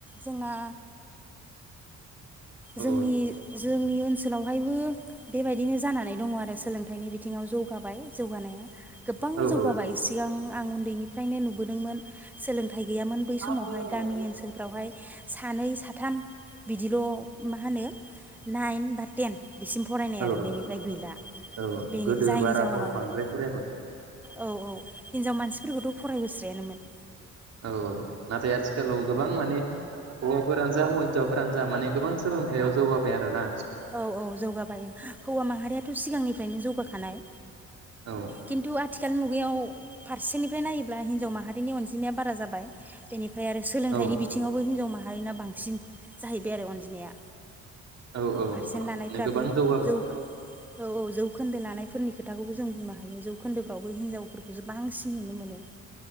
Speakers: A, in the centre; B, on the right.
A: जोंना
B: औ
A: जोंनि जोंनि ओन- ओनसोलावहायबो बेबायदिनो जानानै दङ आरो सोलोंथाइनि बिथ - बिथिङाव जौगाबाय जौगानाया गोबां
B: औ
A: जौगाबाय
B: उम
A: सिगां आं उन्दैनिफ्रायनो नु- बोदोंमोन सोलों - थाइ गैयामोन बै
B: औ
A: समावहाय गामि ओनसोलफ्रावहाय सानै साथाम बिदिल' मा होनो नाइन बा टेन बिसिम फरायनाय
B: औ
A: आरो बेनिफ्राय गैला
B: औ
A: बेनि
B: गोदो
A: जायनि
B: बारा
A: जाउनावहाय
B: हर बांद्राय फरायामोन
A: औ औ हिनजाव मानसिफोरखौथ' फरायहोस्रायानोमोन
B: औ नाथाय आथिखालाव गोबां माने हौवाफोरानो जा हौ हिनजावफोरानो जा माने गोबां सोलोंथाइयाव जौगाबाय आरो ना।
A: औ औ जौगाबाय हौवा माहारियाथ' सिगांनिफ्रायनो जौगाखानाय
B: औ
A: खिन्थु आथिखाल मुग- मुगायाव फारसेनिफ्राय नायोब्ला हिनजाव माहारिनि अनजिमाया बारा जाबाय बेनि फ्राय आरो सोंलोंथाइनि
B: औ
A: बिथिङावबो हिन्जाव माह- मारैना बांसिन जाहैबाय आरो अनजिमाया
B: औ औ!
A: पारसेन्ट
B: माने
A: लानायफ्राबो
B: गोबां जौगाबाय
A: जौ औ औ जौखोन्दो लानायफोरनि खोथाखौबो जों बुंनो- हायो जौखोन्दोफ्रावबो हिनजावफोरखौसो बांसिन नुनो मोनो